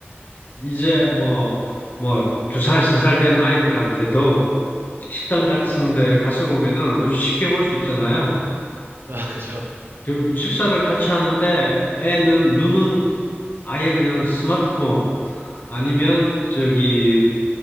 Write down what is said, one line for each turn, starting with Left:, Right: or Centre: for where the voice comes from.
Left: 이제 뭐, 뭐, 두 살, 세 살 된 아이들한테도 식당 같은 데 가서 보면은 쉽게 볼 수 있잖아요.
Right: 아, <laughs> 그죠.
Left: 지금 식사를 같이 하는데 애는, 눈은 아예 그냥 스마트폰, 아니면 저기